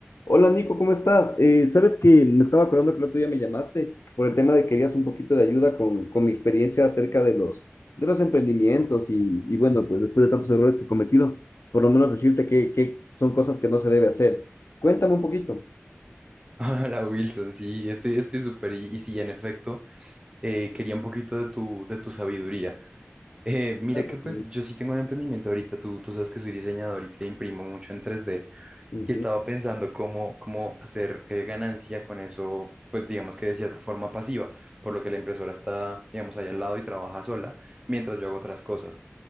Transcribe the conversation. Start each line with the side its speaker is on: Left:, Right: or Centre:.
Left: Hola Nico, ¿cómo estás? Eh, sabes que me estaba acordando que el otro día me llamaste por el tema de que querías un poquito de ayuda con, con mi experiencia acerca de los, de los emprendimientos y, y bueno, pues después de tantos errores que he cometido, por lo menos decirte que, que son cosas que no se debe hacer. Cuéntame un poquito.
Right: <laughs> la Wilson, sí, estoy, estoy súper. Y, y sí, en efecto, eh, quería un poquito de tu, de tu sabiduría. Eh, mira
Left: Claro
Right: que
Left: que sí.
Right: pues yo sí tengo un emprendimiento ahorita, tú, tú sabes que soy diseñador y que imprimo mucho en 3D
Left: Ujú.
Right: y estaba pensando cómo, cómo hacer eh, ganancia con eso, pues digamos que de cierta forma pasiva, por lo que la impresora está, digamos, ahí al lado y trabaja sola, mientras yo hago otras cosas.